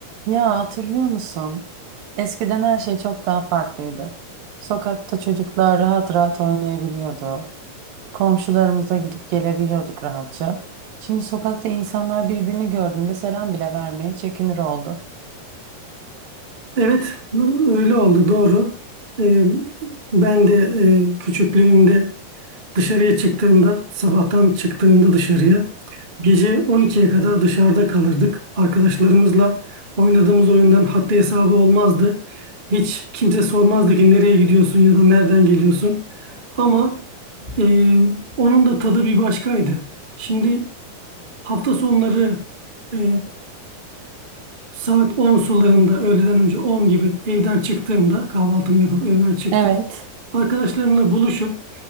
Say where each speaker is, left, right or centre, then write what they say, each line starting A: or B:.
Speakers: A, on the right; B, on the right.
A: Ya hatırlıyor musun? Eskiden her şey çok daha farklıydı. Sokakta çocuklar rahat rahat oynayabiliyordu. Komşularımıza gidip gelebiliyorduk rahatça. Şimdi sokakta insanlar birbirini gördüğünde selam bile vermeye çekinir oldu.
B: Evet, öyle oldu doğru. Ee, ben de e, küçüklüğümde dışarıya çıktığımda, sabahtan çıktığımda dışarıya, gece 12'ye kadar dışarıda kalırdık. Arkadaşlarımızla oynadığımız oyundan haddi hesabı olmazdı. Hiç kimse sormazdı ki nereye gidiyorsun ya da nereden geliyorsun. Ama e, onun da tadı bir başkaydı. Şimdi hafta sonları e, Saat 10 sularında öğleden önce 10 gibi evden çıktığımda kahvaltımı yapıp evden çıktım.
A: Evet,
B: Arkadaşlarımla buluşup